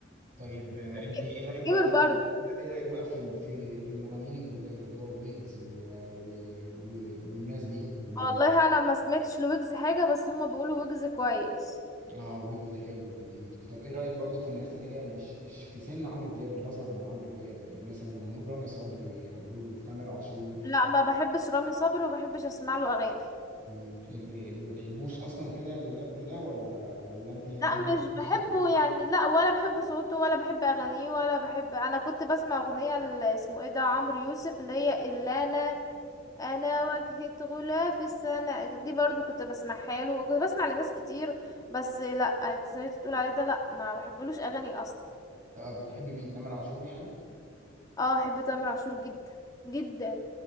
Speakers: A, on the right (about 40°); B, on the left (about 20°).
A: طيب آه،
B: ما ك-
A: انت ايه رايك بقى
B: كبر
A: في
B: برضه
A: ال- ايه رايك بقى في ال- في في المغنيين الجداد اللي هو ويجز و... و... و... والناس دي و...
B: والله انا ما سمعتش لويجز حاجة بس هما بيقولوا ويجز كويس
A: اه ويجز حلو الجديد طب ايه رايك برضو في الناس اللي هي مش مش في سن عمرو دياب اللي اصغر من عمرو دياب يعني مثلا هنقول رامي صبري هنقول تامر عاشور
B: لا ما بحبش رامي صبري وما بحبش اسمع له اغاني
A: مم، اللي ما بتحبوش اصلا كده لله في الله ولا ولا انت يعني
B: لا مش
A: بتحبي
B: بحبه
A: صوته
B: يعني لا ولا بحب صوته ولا بحب اغانيه ولا بحب انا كنت بسمع اغنية ل- اسمه ايه ده عمرو يوسف اللي هي اللي انا انا واجهة غلافي السنة دي برضو كنت بسمعها له وكنت بسمع لناس كتير بس لا سمعت بتقول عليه ده لا ما بحبلوش اغاني اصلا
A: طب بتحبي مين تامر عاشور يعني
B: اه بحب تامر عاشور جدا جدا